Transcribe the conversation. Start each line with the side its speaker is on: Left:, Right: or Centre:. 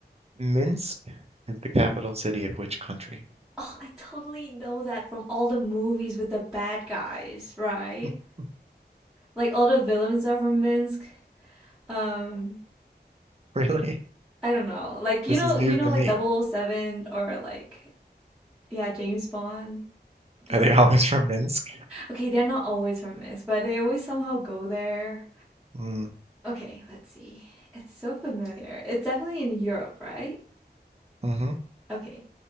Right: Minsk is the capital city of which country?
Centre: Oh, I totally know that from all the movies with the bad guys, right?
Right: <laughs>
Centre: Like all the villains are from Minsk. Um,
Right: Really?
Centre: I don't know. Like you
Right: This
Centre: know,
Right: is
Centre: you
Right: news
Centre: know,
Right: to
Centre: like
Right: me.
Centre: Double O Seven or like yeah, James Bond. They
Right: Are
Centre: always
Right: they always from Minsk?
Centre: okay. They're not always from this, but they always somehow go there.
Right: Mm.
Centre: Okay, let's see. It's so familiar. It's definitely in Europe, right?
Right: Mm-hmm.
Centre: Okay,